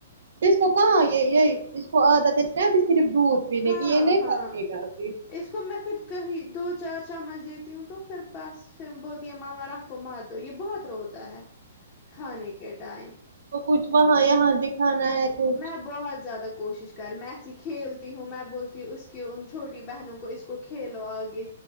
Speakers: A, on the right; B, on the left.
A: اس کو کہاں یہ یہ اس کو عادت ہے ن ابھی صرف دودھ پینے
B: ہاں
A: کی یہ نہیں
B: ہاں
A: پال گتی ابھی
B: اس کو میں پھر کہیں دو چار چمچ دیتی ہوں تو پھر بس پھر بولتی ہے مما رکھ کو مت دو یہ بہت روتا ہے کھانے کے ٹائم
A: وہ کچھ وہاں یہاں دکھانا ہے کچھ
B: میں بہت زیادہ کوشش کر میں ایسی کھیلتی ہوں میں بولتی ہوں اس کے ان چھوٹی بہنوں کو اس کو کھیلو اگے